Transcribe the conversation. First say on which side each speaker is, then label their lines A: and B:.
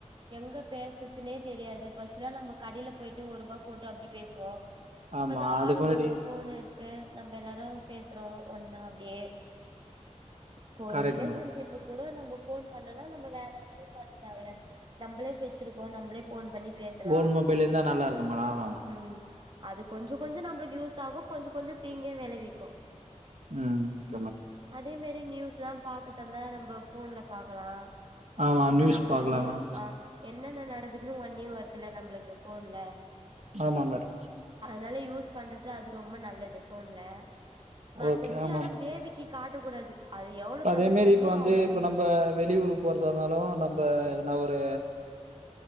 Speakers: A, on the right (about 40°); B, on the right (about 70°).
A: எங்க பேசுதுனே தெரியாது பர்ஸ்ட்லா நம்ம கடையில போயிட்டு ஒருபா போட்டு அப்டி பேசுவோ இப்பதா
B: ஆமா. அதுக்கு
A: ஆளுக்கு
B: முன்னாடி
A: ஒரு ஒரு ஃபோனே இரு க்கு நம்ம எல்லாரு பேசுறோ ஒன்னா அப்டியே இப்போ ஒரு
B: கரெக்ட்
A: ரிலேஷன்ஷிப்க்
B: மேடம்.
A: குட நம்ப ஃபோன் பண்ணனா நம்ம வேற யாருக்குமே பண்ண தேவயில்ல நம்பளே வச்சிருக்கோ நம்பளே ஃபோன் பண்ணி பேசலா
B: ஓன் மொபைல் இருந்தா நல்லாருக்கும் மேடம். ஆமா மேடம்.
A: ம் அது கொஞ்சோ கொஞ்சோ நம்பளுக்கு யூஸ் ஆகு கொஞ்சோ கொஞ்சோ தீங்க வேளவிக்கு
B: உம் ஓகே மேட
A: அதே மெரி நியூஸ்லா பாக்கதந்தா நம்ப ஃபோன்ல பாக்கலாம்
B: ஆமா
A: ப
B: நியூஸ்
A: நம்பளுக்கு
B: பாக்கலாம் மேடம்.
A: ஆ என்னன்ன நடக்குதுன்னு ஒடனே வருதுல நம்பளுக்கு ஃபோன்ல
B: ஆமா மேடம்
A: அதனால யூஸ் பண்றது அது ரொம்ப நல்லது ஃபோன்ல மத்தபடி
B: ஓகே. ஆமா.
A: ஆனா பேபிக்கி காட்டக் கூடாது அது எவ்ளோ
B: அதே
A: தவிர்க்கணுமோ
B: மாரி இப்ப வந்து
A: அவ்ளோ
B: இப்ப
A: தவிர்க்கணு
B: நம்ப வெளியூருக்கு போறதாந்தாலு நம்ப என்ன ஒரு